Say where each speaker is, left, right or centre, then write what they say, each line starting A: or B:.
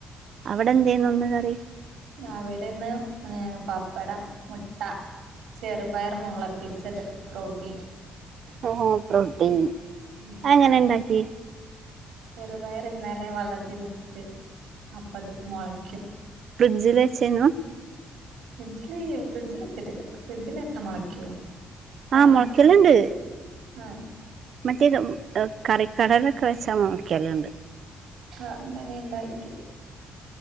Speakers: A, on the right; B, on the right.
A: അവിടെ എന്തെയ്നു ഇന്ന് കറി
B: അവിടെന്ന് ഏ പപ്പടം മുട്ട ചെറുപയർ മുളപ്പിച്ചത് പ്രോട്ടീൻ
A: ഓ പ്രോട്ടീൻ
B: ഉം
A: അങ്ങനെ ഉണ്ടാക്കി
B: ചെറുപയർ ഇന്നലെ വെള്ളത്തിലിട്ട് അപ്പത് മുളയ്ക്കും
A: ഫ്രിഡ്ജിൽ വെച്ചേനു
B: ഫ്രിഡ്ജില് ഫ്രിഡ്ജിൽ വെച്ചിട്ടില്ല ഫ്രിഡ്ജിൽ വെച്ചാ മുളക്കിയോ തണുക്കട്ടെ
A: ആ മുളക്കലുണ്ട്
B: ആഹ്
A: മറ്റേ കറിക്കടലൊക്കെ വെച്ചാ മൊളയ്ക്കലുണ്ട്
B: ആഹ് അങ്ങനെ ഇണ്ടാക്കി